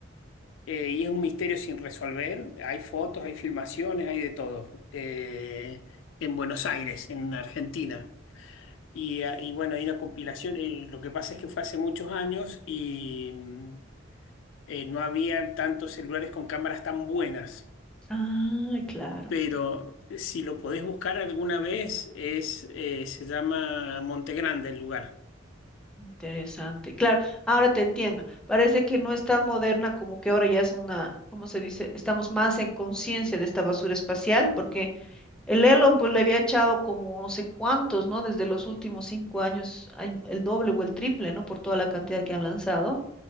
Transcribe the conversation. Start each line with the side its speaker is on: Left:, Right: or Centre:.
Left: Eh, y es un misterio sin resolver. Hay fotos, hay filmaciones, hay de todo. Eh, en Buenos Aires, en Argentina. Y, ah, y bueno, hay una compilación. eh, lo que pasa es que fue hace muchos años y mm, eh, no habían tantos celulares con cámaras tan buenas.
Centre: Ay, claro.
Left: Pero eh, si lo podés buscar alguna vez, es, eh, se llama Monte Grande el lugar.
Centre: Interesante. Claro, ahora te entiendo. Parece que no es tan moderna como que ahora ya es una, ¿cómo se dice? Estamos más en conciencia de esta basura espacial, porque el Elon pues le había echado como no sé cuántos, ¿no? Desde los últimos cinco años hay el doble o el triple, ¿no? Por toda la cantidad que han lanzado.